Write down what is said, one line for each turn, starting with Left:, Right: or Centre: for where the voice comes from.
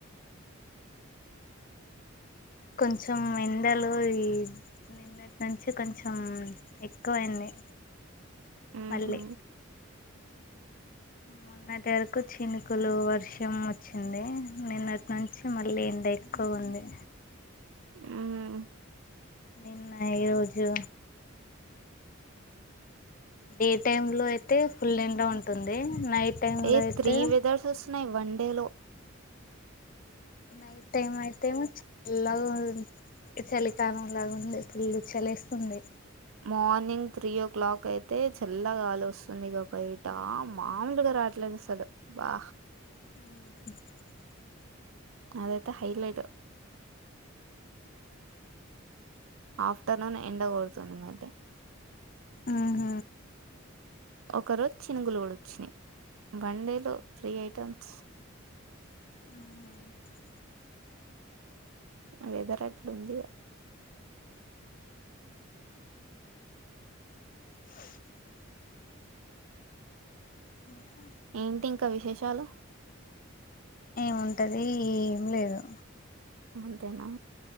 Left: కొంచెం ఎందలో ఈ నిన్నటి నుంచి కొంచెం ఎక్కువయింది
Right: ఉహు,
Left: మళ్ళీ మొన్నటి వరకు చినుకులు వర్షం వచ్చింది నిన్నటి నుంచి మళ్ళీ అంటే ఎక్కువ ఉంది
Right: ఉ.
Left: నిన్న ఈరోజు డే టైమ్ లో అయితే ఫుల్ ఏండా ఉంటుంది నైట్ టైమ్
Right: ఏ
Left: లో అయితే
Right: త్రీ వెదర్స్ వస్తున్నాయి వన్ డే లో
Left: నైట్ టైమ్ అయి టైము చాలగా చలికాలం లాగా ఉంది ఫుల్లు చలేస్తుంది
Right: మార్నింగ్ త్రీ ఓ క్లాక్ అయితే చల్లగాలు వస్తుంది ఇక బయట మామలుగా రాట్లేదుసలు వా
Left: <unintelligible>
Right: అదతే హైలైట్ ఆఫ్టర్నూన్ ఎండగోడుతుంది ఐతే
Left: ఆ హ
Right: ఒక రోజు చినుగులు కూడా వచ్చినాయి వన్ డే లో త్రీ ఐటమ్స్
Left: <unintelligible>
Right: అ వెదరట్లు ఉంది
Left: <unintelligible> <unintelligible>
Right: ఏంటి ఇంకా విశేషాలు
Left: ఏముంటది ఏమి లేదు
Right: అంతేనా